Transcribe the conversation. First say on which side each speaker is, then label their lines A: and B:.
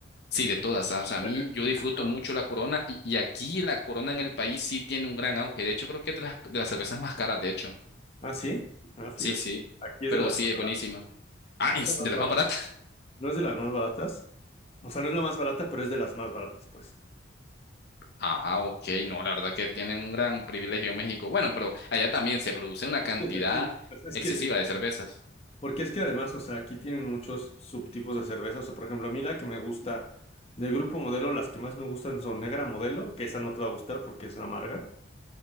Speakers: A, on the left (about 55°); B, on the left (about 30°).
A: sí, de todas. ah, O sea,
B: Puta,
A: a mí
B: a mí
A: yo disfruto
B: no me
A: mucho
B: gusta.
A: la Corona y, y aquí la Corona en el país sí tiene un gran auge. De hecho, creo que es de las, de las cervezas más caras, de hecho.
B: Ah, sí. Ah, fíjate.
A: Sí, sí.
B: Aquí es
A: Pero
B: de las
A: sí,
B: no
A: es buenísima. Ah, ¿es
B: es de las más
A: de las
B: baratas.
A: más baratas. <laughs>
B: ¿No es de las más baratas? O sea, no es la más barata, pero es de las más baratas, pues.
A: Ah, ok. No, la verdad que tienen un gran privilegio en México. Bueno, pero allá también se produce una
B: Es
A: cantidad
B: que es de aquí. Es es
A: excesiva
B: que,
A: de cervezas.
B: porque es que además, o sea, aquí tienen muchos subtipos de cerveza. O sea, por ejemplo, a mí la que me gusta del grupo Modelo, las que más me gustan son Negra Modelo, que esa no te va a gustar porque es amarga,